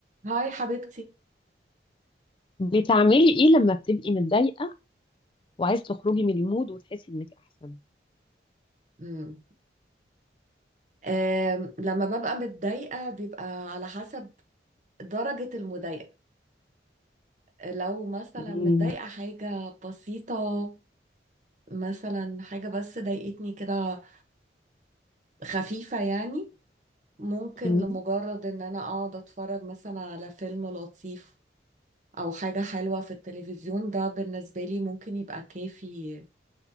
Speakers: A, on the right; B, on the left.
A: هاي حبيبتي
B: بتعملي ايه لما بتبقي متضايقة وعايز تخرجي من المود وتحسي انك احسن
A: امم أم، لما ببقى متضايقة بيبقى على حسب درجة المضايقة لو مثلا
B: مم.
A: متضايقة حاجة بسيطة مثلا حاجة بس ضايقتني كده خفيفة يعني ممكن
B: مم.
A: لمجرد ان انا اقعد اتفرج مثلا على فيلم لطيف او حاجة حلوة في التلفزيون ده بالنسبة لي ممكن يبقى كافي